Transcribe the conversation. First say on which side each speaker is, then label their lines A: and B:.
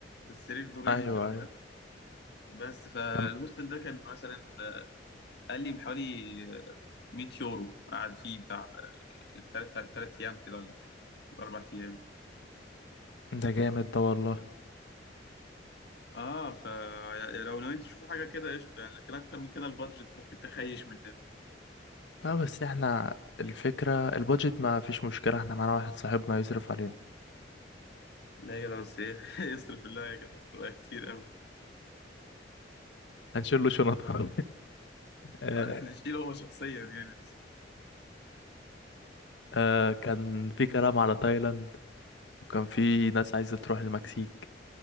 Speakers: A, on the left; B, on the left.
A: السرير دورين
B: ايوه
A: والجو
B: ايوه
A: ده بس فالهوستل
B: طب
A: ده كان مثلا آه، قال لي بحوالي آه، 100 يورو قعد فيه بتاع آه، تلات تلات ايام كده ولا حاجه اربع ايام
B: ده جامد ده والله
A: اه فلو نويت تشوفوا حاجه كده قشطه يعني لكن اكتر من كده البادجت ممكن تخيش مننا
B: اه بس احنا الفكرة البادجت ما فيش مشكلة احنا معانا واحد صاحبنا يصرف علينا
A: لا يا جدع بس ايه <laughs> يصرف الله يا جدع تبقى كتير قوي
B: هنشيل له شنطة <laughs> آه
A: احنا نشيله هو شخصيا يعني
B: آه كان في كلام على تايلاند وكان في ناس عايزة تروح المكسيك